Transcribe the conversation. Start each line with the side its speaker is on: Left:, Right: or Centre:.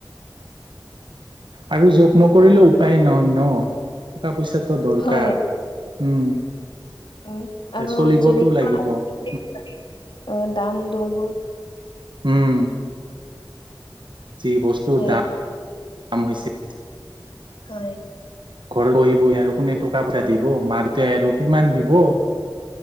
Right: আৰু জব নকৰিলে উপায় নাই ন', টকা পইচাটো দৰকাৰ।
Left: হয়,
Right: উম'
Left: হয়।
Right: এতিয়া
Left: আৰু
Right: চলিবতো
Left: যেনেকুৱা
Right: লাগিব
Left: <unintelligible>
Right: উম
Left: অ', দাম দৰবোৰ
Right: উম' যি বস্তুৰ
Left: হয়।
Right: দা দাম হৈছে
Left: হয়,
Right: ঘৰত বহি বহি আৰু কোনে টকা পইচা দিব, মা দেউতাই আৰু ইমান দিব,